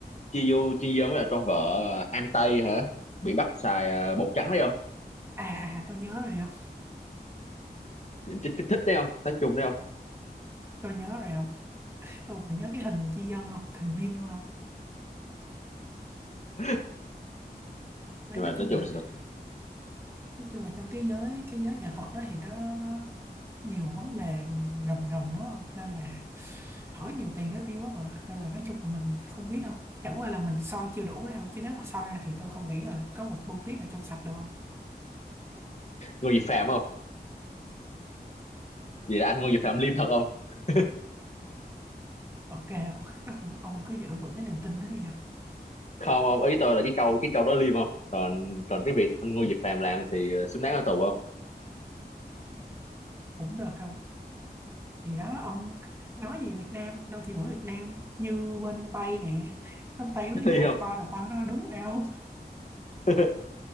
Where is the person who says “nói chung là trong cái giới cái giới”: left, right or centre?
Right